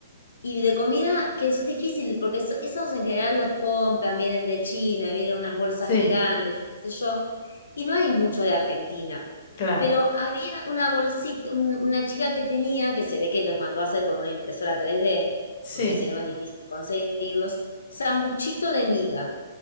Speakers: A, on the left; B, on the left.
A: Y de comida, que eso es difícil, porque eso- esos en general los compran, vienen de China, vienen unas bolsas
B: sí,
A: gigantes, qué sé yo, y no hay mucho de Argentina.
B: claro,
A: Pero había una bolsita, un- una chica que tenía, que se ve que los mandó a hacer con una impresora 3D,
B: sí.
A: porque si no es difícil conseguirlos, sambuchito de miga,